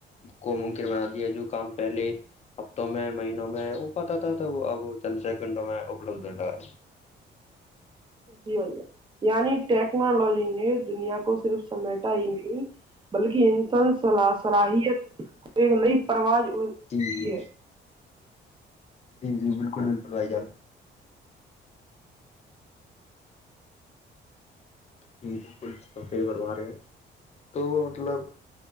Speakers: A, on the left; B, on the right.
A: کو ممکن بنا دیا جو کام پہلے ہفتوں میں مہینوں میں وہ پتہ تھا تو اب چند سیکنڈوں میں اپلبد ہوگا
B: جی یعنی ٹیکنالوجی نے دنیا کو صرف سمے ٹائی نہیں بلکہ انسان سے صلا صلاحیت کو ایک نئی پرواز اڑھی
A: جی جی
B: ہے
A: جی جی بالکل بالکل آائی جان جی بالکل صف بروا رہے ہیں تو مطلب